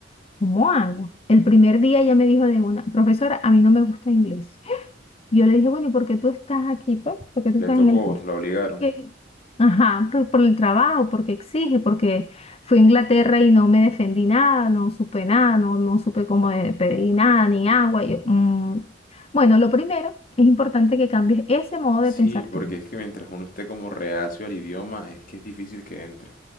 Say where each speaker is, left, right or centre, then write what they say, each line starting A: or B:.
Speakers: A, on the left; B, on the left.
A: ¿cómo hago? El primer día ella me dijo de una, profesora, a mí no me gusta inglés. Y yo le dije, bueno, ¿y por qué tú estás aquí, pues? ¿Por qué tú
B: Le
A: estás
B: tocó,
A: en el curso?
B: la obligaron.
A: Porque, ajá, por, por el trabajo, porque exige, porque fui a Inglaterra y no me defendí nada, no supe nada, no, no supe cómo de- pedir nada, ni agua. Y yo, "Mm". Bueno, lo primero es importante que cambies ese modo
B: Sí,
A: de pensar
B: porque
A: tú.
B: es que mientras uno esté como reacio al idioma, es que es difícil que entre.